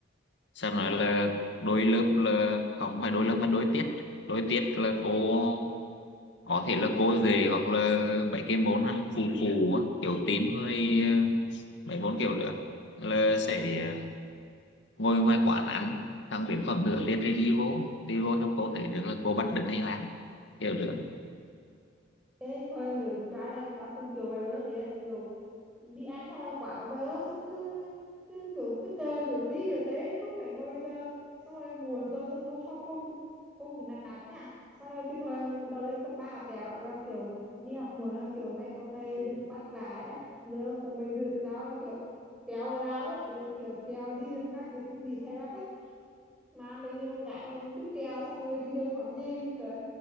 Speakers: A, on the left; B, in the centre.
A: sau nói là đôi lớp là không phải đôi lớp mà đôi tiết đôi tiết là cô có thể là cô về hoặc là mấy cái môn ăn phù phù á, kiểu tín với ờ, mấy môn kiểu nữa là sẽ ờ, ngồi ngoài quán ăn thằng đến khoảng nửa tiếng thì đi vô đi vô trong cô thấy được là cô bắt đứng hành lang kiểu được
B: thế thôi nữa tróa này tao cũng kiểu vậy luôn ý là kiểu đi ăn xong rồi quả giờ xong cứ cứ kiểu cứ chờ nửa đi nửa tế cứ phải ngồi chờ xong rồi muộn rồi xong bố sau cô cũng cô cũng nạt nạt nha xong rồi cái thời bắt đầu lên cấp ba tẹo là kiểu đi học muộn là kiểu hay có thầy đừng bắt lái á rồi có mấy đứa tụi tao là kiểu trèo vào rào ấy ý là kiểu trèo đi đường khác để không bị thầy bắt ấy mà mình như con gái mà mình cứ trèo xong người đi đường họ nhìn trời